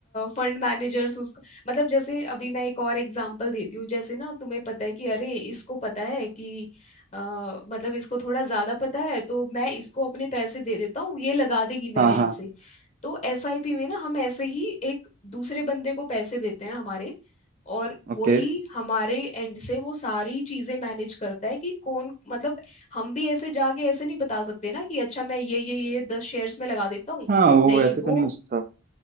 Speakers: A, on the left; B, on the right.
A: फंड मैनेजर्स उसको मतलब जैसे अभी मैं एक और एग्जांपल देती हूँ जैसे ना तुम्हें पता है कि अरे इसको पता है कि अ, मतलब इसको थोड़ा ज्यादा पता है तो मैं इसको अपने पैसे दे देता हूँ ये लगा देगी मेरे
B: हाँ हाँ
A: एंड से तो एसआईपी में ना हम ऐसे ही एक दूसरे बंदे को पैसे देते हैं हमारे और
B: ओके
A: वही हमारे एंड से वो सारी चीजें मैनेज करता है कि कौन मतलब हम भी ऐसे जाके ऐसे नहीं बता सकते ना कि अच्छा मैं ये ये ये दस शेयर्स में लगा देता हूँ
B: हाँ वो
A: नहीं
B: वैसे
A: वो
B: तो नहीं हो सकता